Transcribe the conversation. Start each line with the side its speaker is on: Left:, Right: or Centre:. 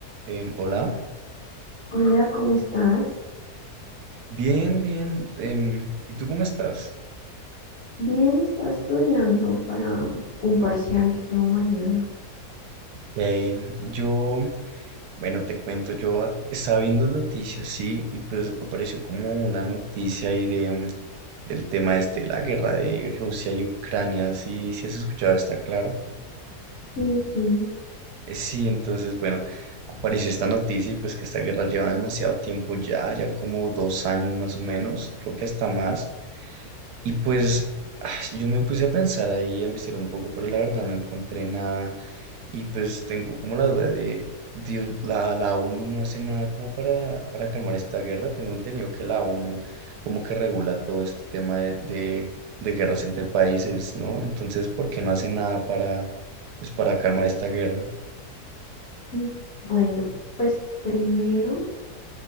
Right: Em, hola,
Left: Hola, ¿cómo estás?
Right: bien, bien. em, ¿y tú cómo estás?
Left: Bien, estaba estudiando para un parcial que tengo mañana.
Right: Hey, yo, bueno, te cuento, yo a- estaba viendo noticias, sí, y pues apareció como una noticia ahí de, em, del tema este, de la guerra de Rusia y Ucrania, sí, sí has escuchado, está claro.
Left: Sí, sí.
Right: Eh, Sí, entonces, bueno, apareció esta noticia y pues que esta guerra lleva demasiado tiempo ya, ya como dos años más o menos, creo que hasta más. Y pues ah, yo me puse a pensar ahí, a investigar un poco, pero la verdad no encontré nada Y pues tengo como la duda de, Dios, la, la ONU no hace nada como para, para calmar esta guerra. Tengo entendido que la ONU como que regula todo este tema de, de, de guerras entre países, ¿no? Entonces, ¿por qué no hace nada para, pues, para calmar esta guerra?
Left: Mm, Bueno, pues primero,